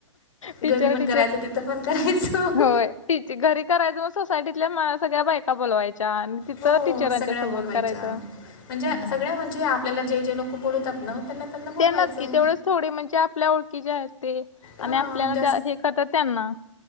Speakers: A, on the left (about 70°); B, on the left (about 45°).
A: टीचर
B: घरी पण
A: टीचर
B: करायचं तिथं तर पण करायचं <unintelligible>
A: होय, तिची घरी करायचं मग सोसायटीतल्या सगळ्या बायका बोलवायच्या आणि तिथं
B: हो
A: टीचरांच्या
B: सगळ्या
A: सोबत
B: बोलवायच्या
A: करायचं.
B: म्हणजे
A: हम्म हम्म.
B: सगळ्या म्हणजे आपल्याला जे जे लोकं बोलवतात ना त्यांना त्यांना बोलवायचं
A: ते नक्की तेवढेच थोडे म्हणजे आपल्या ओळखी जे आहेत ते आणि
B: हां
A: आपल्याला हे करतात त्यांना